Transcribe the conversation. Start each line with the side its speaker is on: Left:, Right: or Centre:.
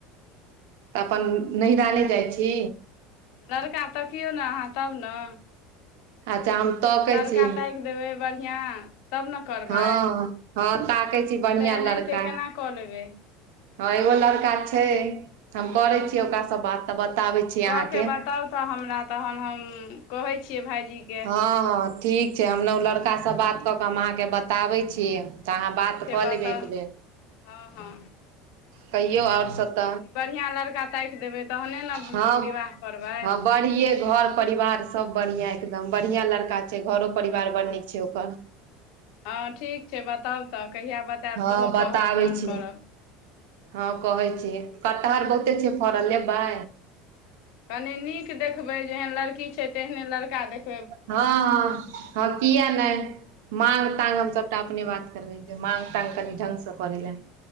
Right: तऽ अपन नैहरा नहि जाइ छी
Left: लड़का तकियौ ने अहाँ तब ने
Right: अच्छा हम तकै
Left: लड़का
Right: छी
Left: ताकि देबै बढ़िआँ तब ने करबै
Right: हँ
Left: नहि
Right: हँ ताकै छी बढ़िआँ
Left: तऽ
Right: लड़का
Left: एनाहितै केना कऽ लेबै
Right: हँ एगो लड़का छै हम करे छियै ओकरा से बात तऽ बताबै छी
Left: कऽ
Right: अहाँके
Left: के बताउ तऽ हमरा तहन हम कहै छियै भाइजीके
Right: हाँ ठीक छै हम ने ओ लड़का सँ बात कऽ कऽ हम अहाँके बताबै छी तऽ अहाँ
Left: ठीक
Right: बात
Left: छै
Right: कऽ
Left: बताउ
Right: लेबै एक बेर
Left: हँ हँ
Right: कहियौ आओर सब त
Left: कनि बढ़िआँ लड़का ताकि देबै तहने ने
Right: हं
Left: विवाह करबै
Right: हं बढ़िये घर परिवार सब बढ़िया एकदम बढ़िया लड़का छै घरो परिवार
Left: हँ
Right: बड़ नीक छै ओकर
Left: हँ ठीक छै बताउ तऽ कहिया बतायब
Right: हँ
Left: सेहो
Right: बताबै
Left: कहब फोन
Right: छियै
Left: करब
Right: हँ कहै छी कटहर बहुते छै फड़ल लेबै
Left: कने नीक देखबे जेहन लड़की छै तेहने लड़का देख
Right: हँ हँ हँ किया नहि माङ्ग तांगर हम सभटा अपने बात करबै जे माङग ताङंग कनि ढङ्गसँ करै लए